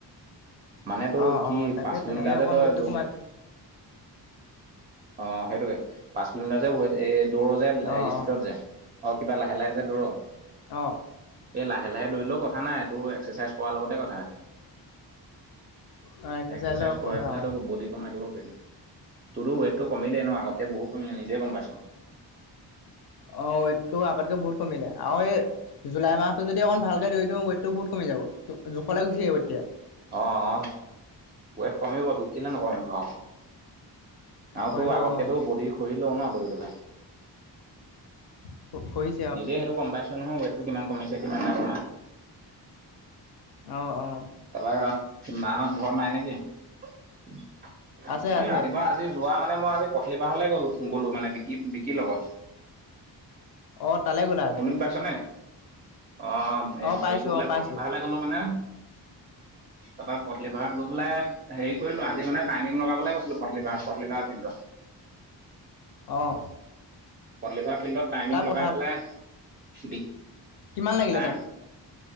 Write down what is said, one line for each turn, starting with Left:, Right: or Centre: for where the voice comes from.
Right: মানে তোৰ
Left: অঁ
Right: কি
Left: অঁ তাকে
Right: পাঁচ
Left: তেনেকৈ
Right: কিলোমিটাৰ
Left: অকণ
Right: যে তই
Left: ৱেইটটো
Right: দৌ
Left: কমাই
Right: অ' সেইটোকে পাঁচ কিলোমিটাৰ যে ৱেইট এই দৌৰ যে
Left: অঁ
Right: স্পীডত
Left: অঁ
Right: যে, আৰু কিবা লাহে লাহে যে দৌৰ
Left: অ'
Right: এই লাহে লাহে দৌৰিলেও কথা নাই এইটো এক্সাৰচাইজ কৰাৰ লগতে কথা
Left: অঁ
Right: এক্সাৰচাইজ
Left: লগ
Right: কৰাই
Left: কথা
Right: পেলাইতো
Left: অঁ
Right: বডি কমাই দিব পাৰিবি। তোৰো ৱেটটো কমিলে ন আগতকে বহুত কমিলে নিজে গম পাইছ
Left: অ' ৱেটটো আগতকে বহুত কমিলে আৰু এই জুলাই মাহটো যদি অকণমান ভালকৈ দৌৰি দিওঁ, ৱেইটটো বহুত কমি যাব। জোখলে গুচি আহিব তেতিয়া।
Right: অ' অ' ৱেট কমিবতো কিলে নকমিব আকৌ। আৰু
Left: কমিব
Right: তোৰ আগতকেতো
Left: অঁ
Right: বডি <unintelligible> ন দৌৰি পেলাই
Left: <unintelligible>
Right: নিজেই সেইটো গম পাইছো নহয় ৱেটটো কিমান কমিছে কিমান নাই কমা
Left: অ' অ'
Right: তাৰপা মাহত ঘৰত নাই নেকি? এই
Left: আছে আছে।
Right: ৰাতিপুৱা আজি যোৱা মানে মই আজি পথলিবাৰলৈ গ'লো-গ'লো মানে বিকি-বিকিৰ লগত
Left: অ তালৈ গ'লা আজি?
Right: শুনি পাইছ নে? অ' হেৰি
Left: পাইছো
Right: কৰিবলে
Left: অ পাইছো।
Right: কিবাহে লাগে গলো মানে তাৰপা পথলিপাৰাত গৈ পেলাই হেৰি কৰিলো, আজিমানে টাইমিং লগাবলৈ গৈছিলো পথলিপাৰা-পথলিপাৰা ফিল্ডত
Left: অ'
Right: পথলিপাৰা ফিল্ডত টাইমিং
Left: তাৰ পঠা
Right: লগাই পেলাই, বি
Left: কিমান লাগিলে
Right: হা
Left: টাইম